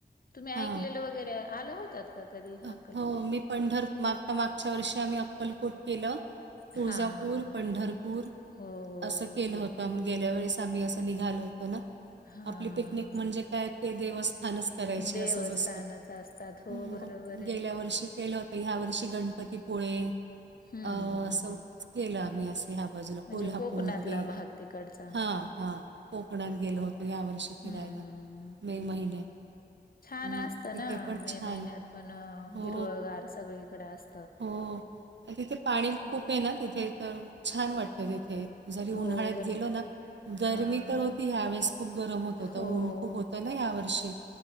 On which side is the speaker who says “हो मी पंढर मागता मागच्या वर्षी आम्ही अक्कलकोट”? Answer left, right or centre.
Right